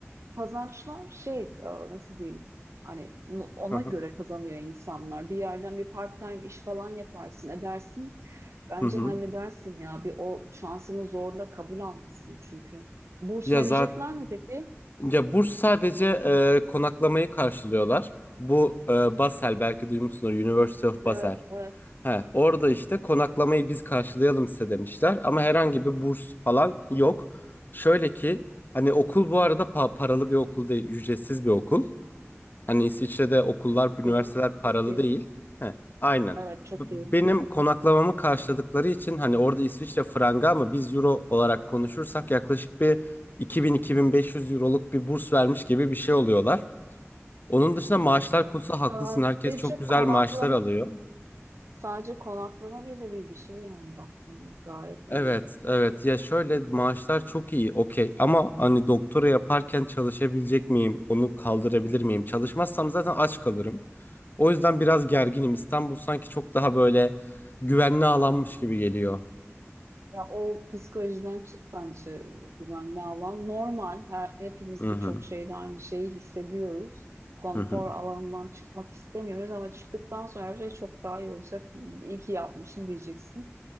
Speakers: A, on the right (about 70°); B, on the left (about 40°).
A: kazançlar şey e, nasıl diyeyim hani n- ona
B: hı hı.
A: göre kazanıyor insanlar. Bir yerden bir part-time iş falan yaparsın edersin. Bence
B: Hı hı.
A: halledersin ya. Bir o şansını zorla kabul almışsın çünkü. Burs
B: Ya
A: verecekler
B: zaten
A: mi peki?
B: ya burs sadece e, konaklamayı karşılıyorlar. Bu e, Basel belki duymuşsunuz University of
A: Evet,
B: Basel.
A: evet.
B: He, orada işte konaklamayı biz karşılayalım size demişler ama herhangi bir burs falan yok. Şöyle ki hani okul bu arada pa- paralı bir okul değil, ücretsiz bir okul. Hani İsviçre'de okullar, üniversiteler
A: İyiyim. Çok
B: paralı
A: iyiyim.
B: değil. He, aynen.
A: Evet, çok
B: B-
A: iyiyim.
B: Benim konaklamamı karşıladıkları için hani orada İsviçre franga ama biz euro olarak konuşursak yaklaşık bir 2000-2500 euroluk bir burs vermiş gibi bir şey oluyorlar. Onun dışında maaşlar
A: Ya
B: konusu haklısın.
A: sadece
B: Herkes çok güzel
A: konaklama,
B: maaşlar alıyor.
A: sadece konaklama bile bir, bir şey yani baktığımda gayet
B: Evet,
A: iyi.
B: evet. Ya şöyle maaşlar çok iyi, okey. Ama hani doktora yaparken çalışabilecek miyim? Onu kaldırabilir miyim? Çalışmazsam zaten aç kalırım. O yüzden biraz gerginim. İstanbul sanki çok daha böyle güvenli alanmış gibi geliyor.
A: Ya o psikolojiden çık bence güvenli alan. Normal, her, hepimiz
B: Hı
A: birçok
B: hı,
A: şeyde aynı şeyi hissediyoruz. Konfor
B: hı hı,
A: alanından çıkmak istemiyoruz ama çıktıktan sonra her şey çok daha iyi olacak. İyi ki yapmışım diyeceksin.